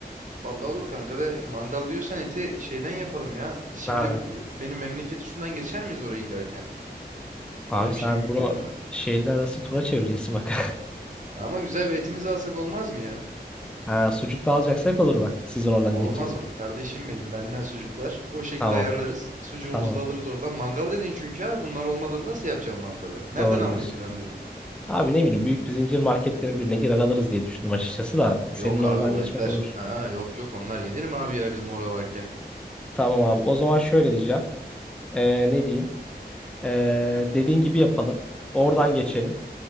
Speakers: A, on the right; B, in the centre.
A: Vallahi olur kanka de mangal diyorsan eti şeyden yapalım ya. Biz şimdi
B: Ne
A: e, benim memleket üstünden geçer miyiz oraya giderken?
B: Abi
A: Öyle bir
B: sen
A: şey mümkün
B: bunu
A: mü?
B: şehirler arası tura çevireceksin bak. <laughs>
A: Ama güzel bir etimizi alsak olmaz mı ya?
B: Ha, sucuk da alacaksak olur bak. Sizin oradan
A: Olmaz
B: geçeceksin.
A: mı? Kardeşim benim benden sucuklar. O şekilde
B: Tamam.
A: ayarlarız. Sucuğumuzu
B: Tamam.
A: da alırız oradan. Mangal dedin çünkü abi bunlar olmadan nasıl yapacağım mangalı? Nereden
B: Doğru
A: almayı
B: diyorsun.
A: planlıyordun?
B: Abi ne bileyim büyük bir zincir marketlerin birine girer alırız diye düşündüm açıkçası da
A: Yok
B: senin oradan
A: abi o
B: geçmek
A: etler.
B: olur.
A: Ha, yok yok onlar yenir mi abi ya bizim orada varken?
B: Tamam abi. O zaman şöyle diyeceğim. Ee, ne diyeyim? Ee, dediğin gibi yapalım. Oradan geçelim.